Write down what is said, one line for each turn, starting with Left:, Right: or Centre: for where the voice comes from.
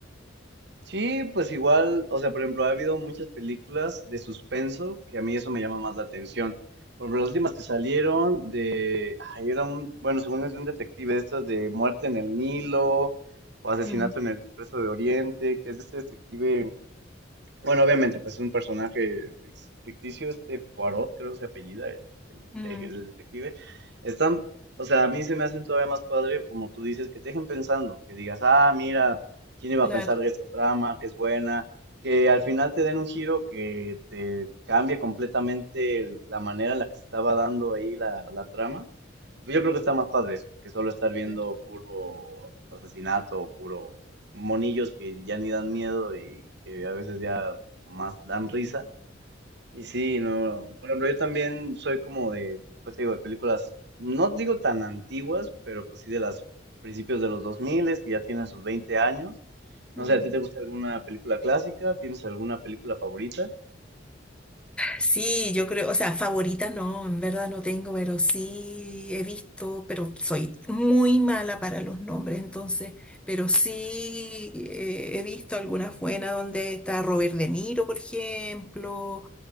Right: Sí, pues igual, o sea, por ejemplo, ha habido muchas películas de suspenso que a mí eso me llama más la atención. Por ejemplo, las últimas que salieron de, ay, era un, bueno, según es de un detective, estas de Muerte en el Nilo o Asesinato
Centre: Mm,
Right: en el Expreso de Oriente, que es de este detective bueno, obviamente, pues es un personaje fic- ficticio, este Poirot, creo que se apellida, el,
Centre: mm,
Right: el- el detective. Están, o sea, a mí se me hacen todavía más padre, como tú dices, que te dejen pensando, que digas, ah, mira, ¿quién iba
Centre: claro.
Right: a pensar de esta trama, que es buena? Que al final te den un giro que te cambie completamente la manera en la que se estaba dando ahí la, la trama. Yo creo que está más padre eso, que solo estar viendo
Centre: claro.
Right: puro asesinato, puro monillos que ya ni dan miedo y que a veces ya más dan risa. Y sí, no, por ejemplo, yo también soy como de, pues te digo, de películas, no digo tan antiguas, pero pues sí de las principios de los 2000, que ya tienen sus 20 años. No
Centre: Mm.
Right: sé, ¿a ti te gusta alguna película clásica? ¿Tienes alguna película favorita?
Centre: Sí, yo creo, o sea, favorita no, en verdad no tengo, pero sí he visto, pero soy muy mala para los nombres, entonces, pero sí eh, he visto algunas buenas donde está Robert De Niro, por ejemplo,